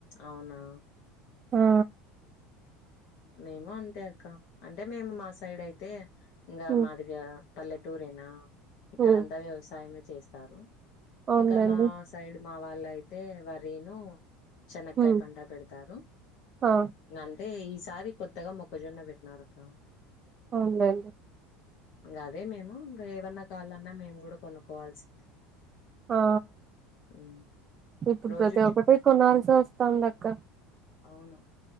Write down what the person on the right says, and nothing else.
ఆ
ఉమ్
ఉమ్
అవునులేండి
ఉమ్
ఆ
అవునులే
ఆ
ఇప్పుడు
ప్రతి
ఒక్కటి కొన్నరుసస్తాం కోనల్సివస్తుండి అక్క